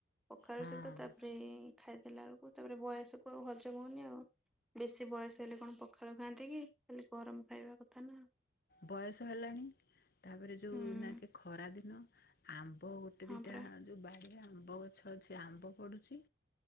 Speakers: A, in the centre; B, on the left.
A: ପଖାଳ
B: ହଁ
A: ସହିତ ତା ପରେ ପରେ ଖାଇଦେଲା ବେଳକୁ ତାପରେ ବୟସ କୁ ଆଉ ହଜମ ହଉନି ଆଉ ବେଶୀ ବୟସ ହେଲେ କଣ ପ ଖାଳ ଖାଆନ୍ତି କି ଖାଲି ଗରମ ଖାଇବା କଥା ନା।
B: ବୟସ ହେଲାଣି ତାପରେ ଯୋଉ
A: ହୁଁ।
B: ନା କି ଖରା ଦିନ ଆମ୍ବ ଉ ଗୋଟେ
A: ହଁ
B: ଦିଟା
A: ପରା
B: ଯୋଉ ବାଡିରେ ଆମ୍ବ ଗଛ ଅଛି ଆମ୍ବ ପଡୁଚି।